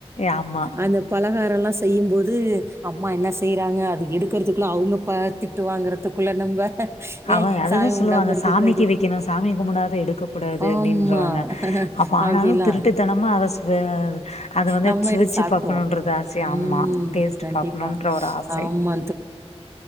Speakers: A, on the left; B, on the right.
A: ஆமா
B: அந்த பலகாரல்லா செய்யும்போது அம்மா என்னஸ் செய்றாங்க அது எடுக்கறதுகுள்ள அவங்க ப திட்டு வாங்கறத்துக்குள்ள நம்ப
A: அவய்
B: ஏய்
A: அததா
B: சாமி
A: சொல்லுவாங்க
B: கும்பிடாம எடுக்கக்கூடாது.
A: சாமிக்கு வைக்கணு சாமி கும்படாத எடுக்க கூடாது
B: ஆமா
A: அப்டின்றவாங்க அப்ப ஆனாலு
B: அப்டிலா
A: திருட்டுத்தனமா அத சுவ அத வந்து
B: நம்ம
A: சுவைச்சு
B: எடுத்து சாப்ட்ருவோ
A: பாக்கணுன்றது ஆசை ஆமா
B: ம்
A: டேஸ்ட்டு
B: கண்டிப்பா
A: பாக்கணுன்ற ஒரு ஆசை
B: ஆமா